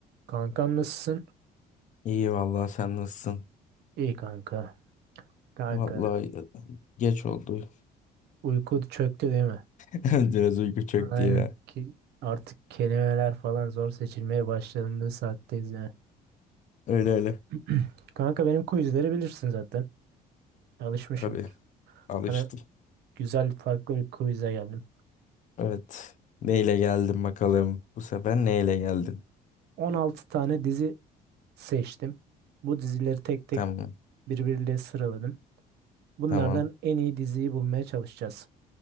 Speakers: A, on the right; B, on the left.
A: Kankam nasılsın?
B: İyi vallahi sen nasılsın?
A: İyi kanka. Kanka.
B: Vallahi e, geç oldu.
A: Uyku çöktü değil mi?
B: <laughs> Biraz uyku çöktü
A: Aynen
B: ya.
A: ki artık kelimeler falan zor seçilmeye başlandığı saatteyiz yani.
B: Öyle öyle.
A: <clears throat> Kanka benim quizleri bilirsin zaten. Alışmışsındır.
B: Tabii alıştım.
A: Sana güzel farklı bir quiz'e geldim.
B: Evet. Neyle geldin bakalım? Bu sefer neyle geldin?
A: 16 tane dizi seçtim. Bu dizileri tek tek
B: Tamam.
A: birbiriyle sıraladım. Bunlardan
B: Tamam.
A: en iyi diziyi bulmaya çalışacağız.